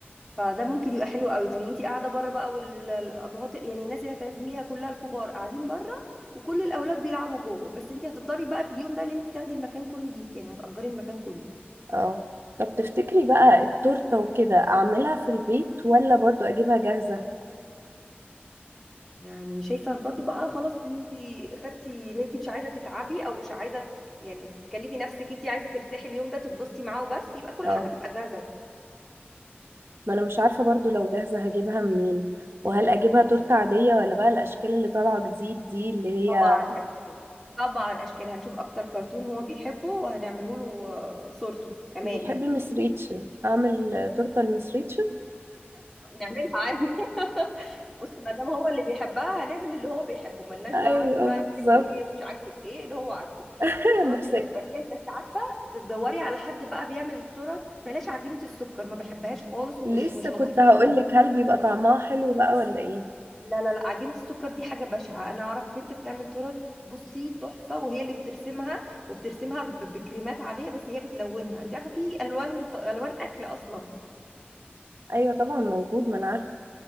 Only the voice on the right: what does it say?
اه طب تفتكري بقى التورتة وكده أعملها في البيت ولا برضو أجيبها جاهزة؟
اه
ما أنا مش عارفة برضو لو جاهزة هجيبها منين وهل أجيبها تورتة عادية ولا بقى الأشكال اللي طالعة جديد دي اللي هي
بيحب
مس ريتشن هعمل تورتة لمس ريتشن
أيوه
بالظبط
<laughs>
بس
لسه
كنت هقولك
هل بيبقى طعمها حلو بقى ولا ايه
ايوه طبعا موجود ما انا عارفه